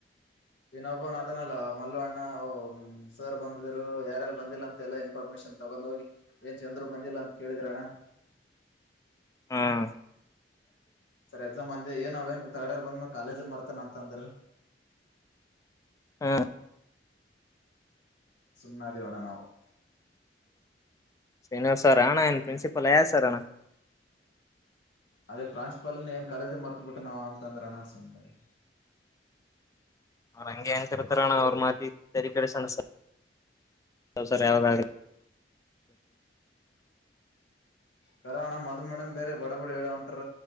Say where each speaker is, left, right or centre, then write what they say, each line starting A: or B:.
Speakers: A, on the left (about 85°); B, on the left (about 20°).
A: ವಿನೋಬವನ್ ಅದನಲ್ಲಾ ಮಲ್ಲ ಅಣ್ಣ ಸರ್ ಬಂದಿದ್ರು ಯಾರಾರು ಬಂದಿಲ್ಲ ಅಂತ ಎಲ್ಲ ಇನ್ಫಾರ್ಮೇಶನ್ ತಗೊಂಡ ಹೋಗಿ ಏನ್ ಚಂದರು ಬಂದಿಲ್ಲ ಅಂತ ಕೇಳಿದ್ರ ಅಣ್ಣ
B: ಹ್ಮ್
A: ಸರ್ ಎಕ್ಸಾಮ್ ಅಂದ ಏನ್ ಅವಏನ್ ತರ್ಡ್ ಇರ್ ಬಂದ್ಮ್ಯ ಕಾಲೇಜ ಮರ್ತಾನ ಅಂತ ಅಂದ್ರ
B: ಹಾ
A: ಸುಮನ ಅಣ್ಣ ನಾವು
B: ಶ್ರೀನಿವಾಸ್ ಸರ್ ಆಣ ನ್ ಪ್ರಿನ್ಸಿಪಲ್ ಆಯ ಸರ್ಣ
A: ಅದೇ ಪ್ರಾನ್ಸಿಪಲ್ನ ಏನ್ ಕಾಲೇಜ ಮರ್ತ ಬಿಿಟ್ಟು ನಾವ ಅಂತ ಅಂದ್ರೆ ಅಣಸುಮ್ಿ
B: ಅವರಂಗಗೆ ಅನ್ಂತಿರ್ತ್ರರ ಅವರ ಮಾತಿ ಕ ಸ ಸ ಸರ ಯಾವ
A: ಕರಾವಣ ಮದನ್ ಮೇಮ ಬೇ ಬ ಹೇಳ ಹೊಂಟ್ರ